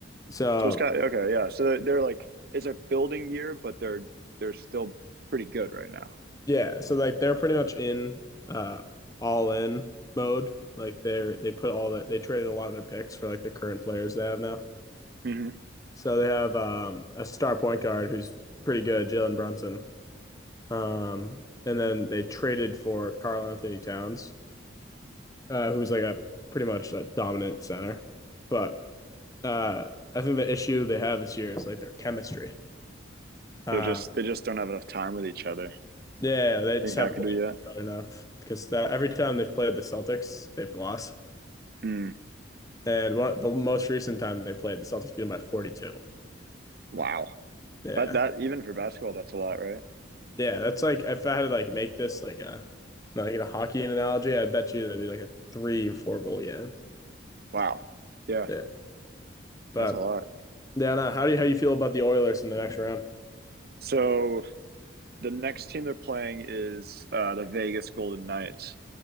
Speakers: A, on the left; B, on the right.
A: So
B: So it's kind of, okay. Yeah. So they're, they're like it's a building year, but they're they're still pretty good right now.
A: yeah, so like they're pretty much in uh all in mode. Like they're they put all that they traded a lot of their picks for like the current players they have now.
B: hmm
A: So they have um, a star point guard who's pretty good, Jalen Brunson. Um, and then they traded for Karl Anthony Towns, uh, who's like a pretty much a dominant center. But uh, I think the issue they have this year is like their chemistry. Uh,
B: They're just they just don't have enough time with each other. I
A: yeah, they just
B: Think
A: haven't
B: that could be it.
A: played enough because that, every time they've played the Celtics, they've lost.
B: Mm.
A: And one, the most recent time they played, the Celtics beat them by 42.
B: Wow.
A: Yeah.
B: That that even for basketball, that's a lot, right?
A: Yeah. That's like, if I had to like make this like a like a hockey analogy, I bet you that'd be like a three, four goal game.
B: Wow. Yeah,
A: Yeah. But
B: that's a lot.
A: yeah, no, how do you how you feel about the Oilers in the next round?
B: So the next team they're playing is uh, the Vegas Golden Knights,